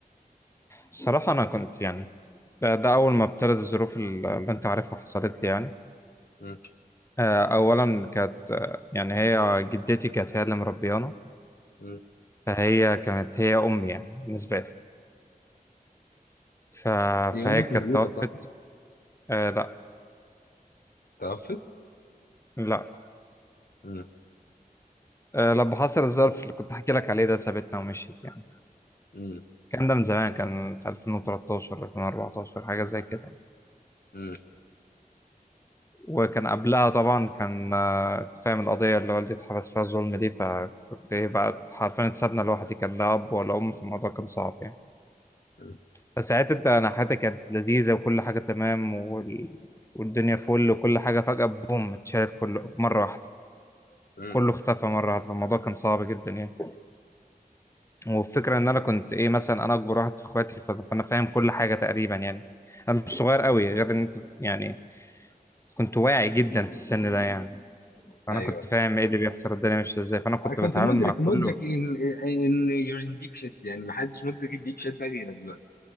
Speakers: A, on the left; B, on the left.
A: الصراحه انا كنت يعني ده, ده اول ما ابتدت الظروف اللي انت عارفها حصلت لي يعني
B: مم.
A: آه، اولا كانت آه، يعني هي جدتي كانت هي اللي مربيانا
B: مم.
A: فهي كانت هي امي يعني بالنسبه لي ف...
B: هي
A: فهي
B: امك
A: كانت
B: موجوده
A: توفت
B: صح؟
A: آه لا
B: توفت؟
A: لا
B: مم.
A: آه لما حصل الظرف اللي كنت احكي لك عليه ده سابتنا ومشيت يعني.
B: مم.
A: كان ده من زمان كان في 2013 2014 حاجة زي كده يعني.
B: مم.
A: وكان قبلها طبعا كان آه، أنت فاهم القضية اللي والدي اتحبس فيها الظلم دي فكنت ايه بقى حرفيا اتسابنا لوحدي كان لا أب ولا أم في الموضوع كان صعب يعني
B: مم.
A: فساعتها انت انا حياتي كانت لذيذة وكل حاجة تمام وال... والدنيا فل وكل حاجة فجأة بوم اتشالت كله مرة واحدة
B: مم.
A: كله اختفى مرة واحدة فالموضوع كان صعب جدا يعني والفكرة ان انا كنت ايه مثلا انا اكبر واحد في اخواتي ف- فانا فاهم كل حاجة تقريبا يعني انا مش صغير قوي غير ان انت يعني كنت واعي جدا في السن ده يعني فانا
B: ايوه
A: كنت
B: أيوه.
A: فاهم ايه اللي بيحصل الدنيا ماشيه ازاي فانا كنت
B: انا كنت
A: بتعامل
B: مدرك
A: مع
B: مدرك
A: كله
B: ان ان يور ان ديب شيت يعني ما حدش مدرك الديب شيت ده غيرك دلوقتي